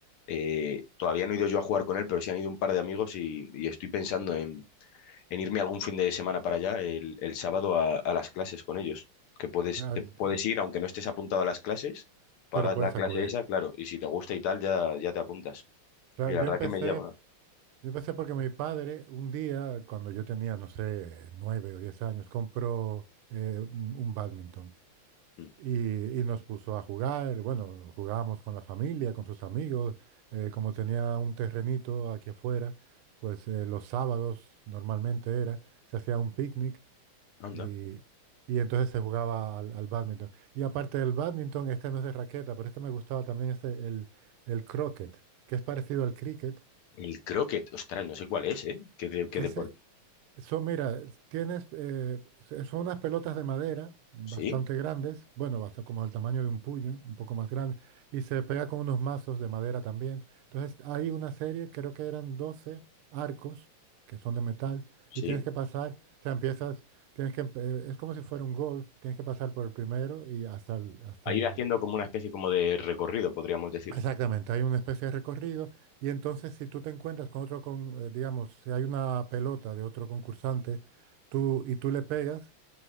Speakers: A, on the left (about 80°); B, on the right (about 80°).
A: eh, todavía no he ido yo a jugar con él, pero sí han ido un par de amigos y, y estoy pensando en en irme algún fin de semana para allá, el, el sábado a, a las clases con ellos. Que puedes,
B: ah,
A: te puedes
B: eh,
A: ir, aunque no estés apuntado a las clases, pagas
B: pero puedes
A: la clase
B: acudir.
A: esa, claro, y si te gusta y tal, ya, ya te apuntas.
B: Claro,
A: Y la
B: yo
A: verdad
B: empecé,
A: que me llama.
B: yo empecé porque mi padre un día, cuando yo tenía, no sé, nueve o diez años, compró eh, un, badminton
A: Mm,
B: Y, y nos puso a jugar, bueno, jugábamos con la familia, con sus amigos, eh, como tenía un terrenito aquí afuera, pues eh, los sábados normalmente era, se hacía un picnic
A: Anda.
B: y, y entonces se jugaba al, al bádminton. Y aparte del bádminton, este no es de raqueta, pero este me gustaba también, es el, el croquet, que es parecido al cricket.
A: El croquet, ostras, no sé cuál es, ¿eh? ¿Qué, de, qué
B: Ese,
A: deporte?
B: Son, mira, tienes, eh, se- son unas pelotas de madera bastante
A: Sí,
B: grandes, bueno, basta como del tamaño de un puño, un poco más grande, y se pega con unos mazos de madera también. Entonces, hay una serie, creo que eran 12 arcos que son de metal,
A: sí.
B: y tienes que pasar, o sea, empiezas, tienes que, empe- eh, es como si fuera un golf, tienes que pasar por el primero y hasta el, hasta
A: A
B: el
A: ir haciendo como una especie como de recorrido, podríamos decir.
B: Exactamente, hay una especie de recorrido y entonces si tú te encuentras con otro, con, eh, digamos, si hay una pelota de otro concursante tú, y tú le pegas,